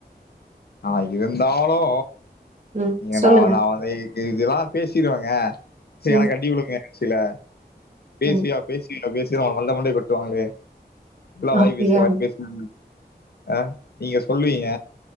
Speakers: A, on the left; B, on the right.
A: ஆஹ் இருந்தாளூ
B: ம்
A: இங்க
B: சொல்லுங்க
A: நா நா இதுல்லா பேசிருவங்க செரி
B: ம்
A: என கட்டி விடுங்க சில பேசிவியா
B: ம்
A: பேசிவியா பேஸ் வல்ல மண்டய கொட்டுவாங்ளே இப்லா வாய்
B: அப்டியா
A: பேசு வாய் பேசு அஹ் நீங்க சொல்லுவீங்க